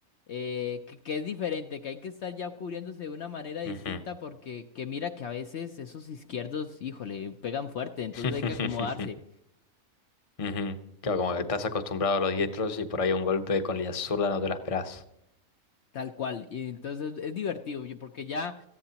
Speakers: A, on the left; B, on the left.
A: eh, que, que es diferente, que hay que estar ya cubriéndose de una manera distinta,
B: Ujú.
A: porque que mira que a veces esos izquierdos, híjole, pegan fuerte, entonces
B: <laughs>
A: hay que acomodarse.
B: Ujú. Claro, como que estás acostumbrado a los diestros y por ahí un golpe con la zurda no te la esperás.
A: Tal cual. Y entonces es divertido, yo, porque ya,